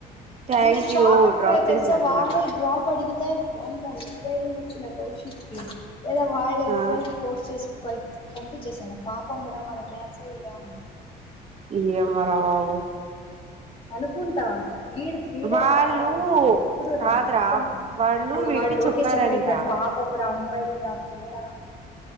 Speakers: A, on the right (about 40°); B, on the left (about 30°).
A: థ్యాంక్
B: నేను షాక్
A: యూ
B: అయిపోయా
A: డ్రాప్
B: తెలిసా
A: చేసినందుకన్నా
B: వాడే డ్రాప్ అడిగితే వామ్మో ఇంత ధైర్యము ఇచ్చినా కౌశిక్ కి లేదా వాళ్ళు ఎవరైనా
A: ఆ
B: పోర్స్ చేసి పై పంపి చేశారా పాప పాపం రా మన క్లాస్ ఒళ్ళు రా అని
A: ఈ ఏమోరా బాబు
B: అనుకుంటా వీడు వీడే
A: వాళ్ళు
B: రాదు ఎప్పుడు
A: కాదురా
B: రా అసలు రాదు
A: వాళ్ళు వీడికి
B: వాడు ఇంకా లోకేష్
A: చెప్పారంట
B: చెప్పింటాడు పాపం రా అమ్మాయిలు అయిందా పోరా